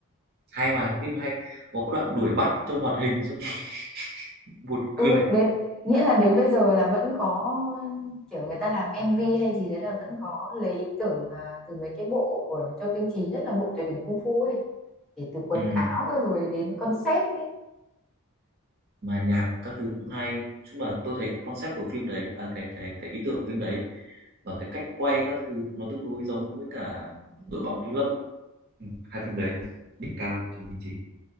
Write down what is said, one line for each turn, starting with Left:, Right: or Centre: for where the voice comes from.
Right: hay mà cái phim hay có cái đoạn đuổi bắt trong hoạt hình xong <laughs> buồn
Centre: ừ
Right: cười
Centre: đến nghĩa là đến bây giờ là vẫn có kiểu người ta làm MV hay gì đấy là vẫn có lấy ý tưởng à, từ mấy cái bộ của Châu Tinh Trì nhất là bộ Tuyệt đỉnh Cung Phu ấy để từ quần
Right: ừ.
Centre: áo rồi đến concept ấy
Right: mà nhạc các thứ cũng hay chung là tôi thấy concept của phim đấy à, cái cái cái ý tưởng của phim đấy và cái cách quay các thứ nó tương đối giống với cả đội bóng thiếu lâm Ừ, hai phim đấy là đỉnh cao trừ bình trình.